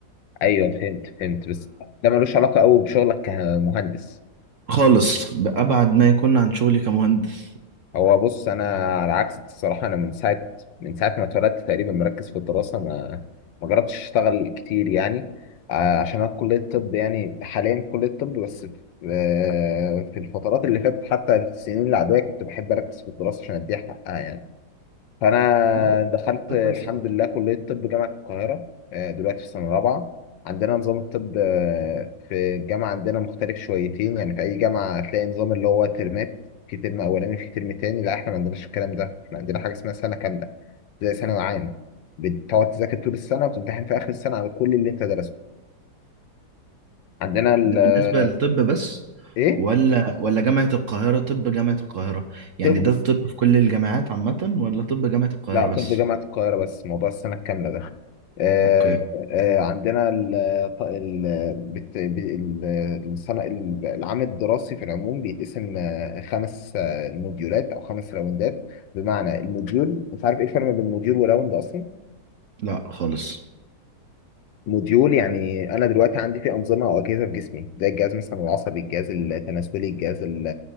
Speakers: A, on the left; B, on the right.
A: ايوه فهمت فهمت بس ده ملوش علاقه قوي بشغلك كمهندس
B: فخالص بأبعد ما يكون عن شغلي كمهندس
A: هو بص انا على عكسك الصراحه انا من ساعه من ساعه ما اتولدت تقريبا مركز في الدراسه ما ما جربتش اشتغل كتير يعني آه، عشان انا في كليه الطب يعني حاليا في كليه الطب بس في آه، في الفترات اللي فاتت حتى في السنين العاديه كنت بحب اركز في الدراسه عشان اديها حقها يعني فانا
B: هو
A: دخلت
B: ده
A: الحمد
B: كويس أوي
A: لله كليه طب جامعه القاهره آه، دلوقتي في سنه رابعه عندنا نظام الطب آه، في الجامعه عندنا مختلف شويتين يعني في اي جامعه هتلاقي نظام اللي هو ترمات في ترم اولاني في ترم تاني لا احنا ما عندناش الكلام ده احنا عندنا حاجه اسمها سنه كامله زي ثانوي عام بتقعد تذاكر طول السنه وتمتحن في اخر السنه على كل اللي انت درسته عندنا ال
B: ده
A: آه،
B: بالنسبة للطب بس
A: ايه
B: ولا ولا جامعة القاهرة طب جامعة القاهرة يعني
A: طب
B: ده الطب في كل الجامعات عامة ولا طب جامعة القاهرة
A: لا طب
B: بس
A: جامعة القاهرة بس موضوع السنة الكاملة ده آه
B: اوكي
A: آه عندنا ال ط- ال بت- ب- ال- السنة ال- العام الدراسي في العموم بيتقسم آه، خمس آه، موديولات أو خمس راوندات بمعنى الموديول مش عارف إيه الفرق بين موديول وراوند أصلا
B: لا خالص
A: موديول يعني أنا دلوقتي عندي فيه أنظمة أو أجهزة في جسمي زي الجهاز مثلا العصبي الجهاز التناسلي الجهاز ال-